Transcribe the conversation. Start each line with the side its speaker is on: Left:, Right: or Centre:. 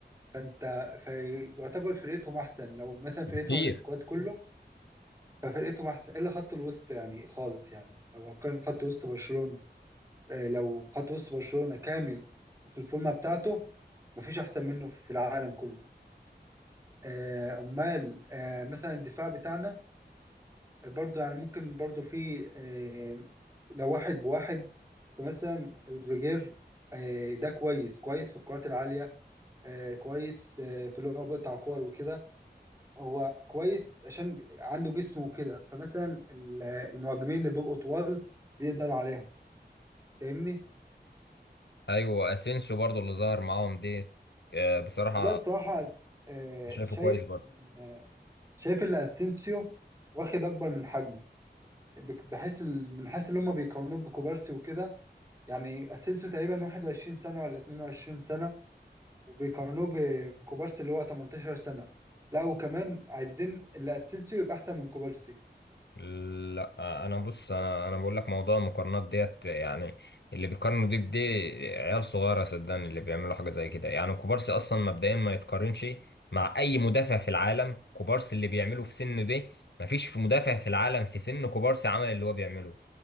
Right: فانت فيعتبر فرقتهم احسن لو مثلا فرقتهم
Left: بكتير
Right: السكواد كله ففرقتهم احسن الا خط الوسط يعني خالص يعني لو هتقارن خط وسط برشلونه آه، لو خد وسط برشلونة كامل وفي الفورمة بتاعته مفيش أحسن منه في العالم كله آه، أمال آه، مثلا الدفاع بتاعنا آه، برضو يعني ممكن برضو في آه، لو واحد بواحد فمثلا رودريجير آه، ده كويس كويس في الكرات العالية آه، كويس آه، في اللي هو بيقطع كور وكده هو كويس عشان عنده جسمه وكده فمثلا ال- المهاجمين اللي بيبقوا طوال بيقدر عليهم فاهمني
Left: ايوه اسينسيو برضو اللي ظهر معاهم ديت آه، بصراحه
Right: والله بصراحة آه،
Left: شايفه
Right: شايف
Left: كويس برضو
Right: إن- آه، شايف ان اسينسيو واخد اكبر من حجمه بك- بحيث ال- من حيث ان هم بيقارنوه بكوبارسي وكده يعني اسينسيو تقريبا 21 سنة ولا 22 سنة وبيقارنوه بكوبارسي اللي هو 18 سنة لا وكمان عايزين اللي اسينسيو يبقى احسن من كوبارسي
Left: لا انا بص انا انا بقول لك موضوع المقارنات ديت يعني اللي بيقارنوا دي بدي عيال صغيره صدقني اللي بيعملوا حاجه زي كده يعني كوبارسي اصلا مبدئيا ما يتقارنش مع اي مدافع في العالم كوبارسي اللي بيعمله في سنه دي مفيش في مدافع في العالم في سن كوبارسي عمل اللي هو بيعمله